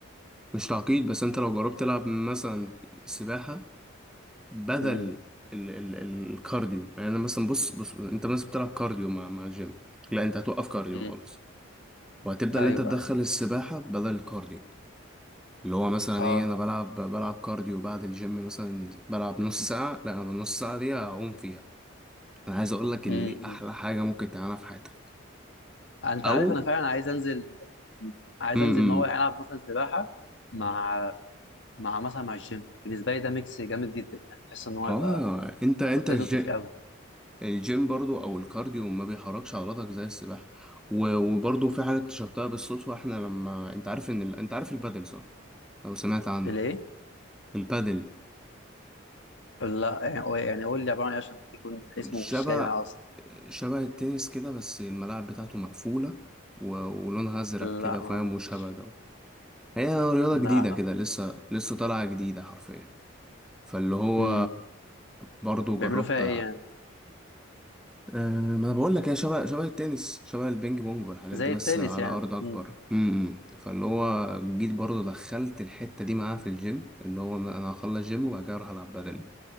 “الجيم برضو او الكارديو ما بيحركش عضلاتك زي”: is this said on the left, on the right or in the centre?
Centre